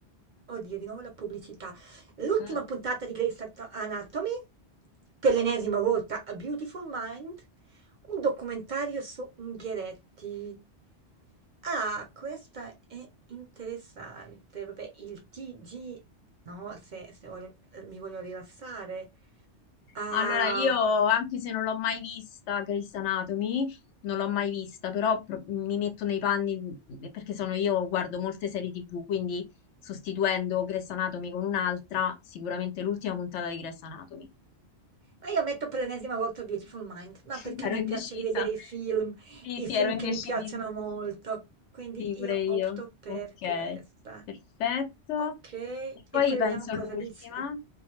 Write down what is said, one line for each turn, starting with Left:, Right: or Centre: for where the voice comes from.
Right: Oddio, di nuovo la pubblicità. L'ultima
Left: Mm.
Right: puntata di Grey's Anat- Anatomy, per l'ennesima volta a Beautiful Mind, un documentario su Unghieretti. Ah, questa è interessante. Vabbè, il TG, no, se, se voglio- mi voglio rilassare. Ah.
Left: Allora, io, anche se non l'ho mai vista, Grey's Anatomy, non l'ho mai vista, però pro- mi metto nei panni, di- perché sono io, guardo molte serie TV, quindi sostituendo Grey's Anatomy con un'altra, sicuramente l'ultima puntata di Grey's Anatomy.
Right: Ma io metto per l'ennesima volta Beautiful Mind, ma
Left: <laughs>
Right: perché
Left: Ero
Right: a me
Left: indecisa.
Right: piace rivedere i film,
Left: Sì,
Right: i
Left: sì,
Right: film
Left: ero indecisa.
Right: che mi piacciono molto, quindi
Left: Sì, pure
Right: io
Left: io.
Right: opto per
Left: Ok,
Right: questa.
Left: perfetto.
Right: Ok, e
Left: E poi
Right: poi
Left: penso
Right: vediamo cosa
Left: l'ultima.
Right: dice.